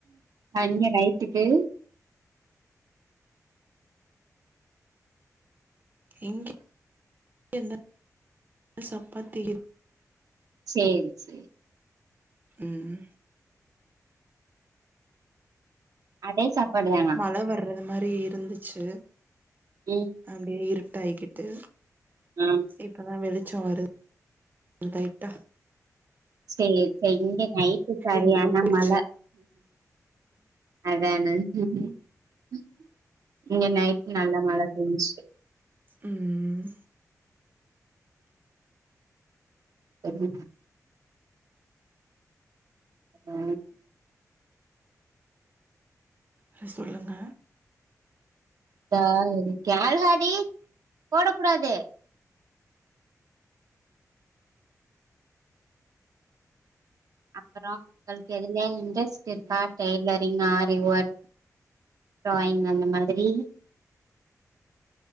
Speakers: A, on the right; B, on the right.
A: அங்க நைட்டுக்கு
B: இங்க என்ன சப்பாத்தி
A: சேரி சேர்
B: உம்
A: அதே சாப்பாடுதா
B: மழ வர்றது மாறி இருந்துச்சு
A: ம்
B: அப்டியே இருட்டாய்கிட்டு
A: ஆ
B: இப்பதா வெளிச்சோ வருது இதோ டைட்டா
A: சேர் சேர் இங்க நைட்டு சரியான
B: எங்கயோ போய்ச்சு
A: மழ அதான ம் ம் இங்க நைட்டு நல்ல மழ பெயின்ச்சி
B: உம்
A: அருவி அ ஆ
B: சேர் சொல்லுங்க
A: த கேள் ஆதி போடக் கூடாது அப்பறோ உங்களுக்கு எதுலயா இன்ட்ரெஸ்ட் இருக்கா டெய்லரிங் ஆரி ஒர்க் டிராயிங் அந்த மாதிரி